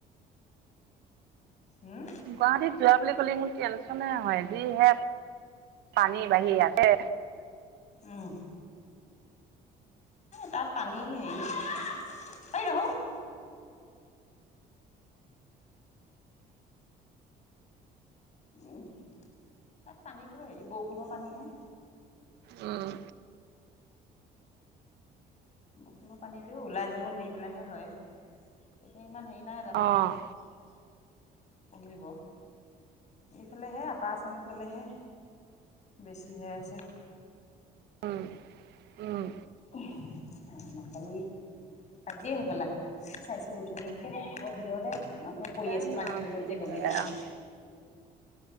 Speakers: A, on the left; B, on the right.
A: উম
B: গুৱাহাটীত যোৱা বুলি ক'লে মোৰ টেনচনে হয় যিহে পানী বাঢ়ি আছে
A: উম'। তাত পানী হেৰি <unintelligible> উম', তাত পানীটো হেৰি বৰষুণৰ পানীহে।
B: উম,
A: বৰষুনৰ পানীটো ওলাই যাব নোৱাৰি পেলাহে হয়, এতিয়া ইমান হেৰি নাই
B: অ',
A: <unintelligible> কমিব এইফালেহে আপাৰ আচামৰ ফালেহে বেছি হৈ আছে।
B: উম, উম।
A: <unintelligible> আজিয়ে হ'বলা, চাইছিলো অথনি একেবাৰে ঘৰৰ ভিতৰতে মানুহ পৰি
B: জানো
A: আছে পানীৰ
B: আৰু
A: তলত
B: কি
A: যে গ'মেই
B: হয়
A: নাপায়।
B: আৰু।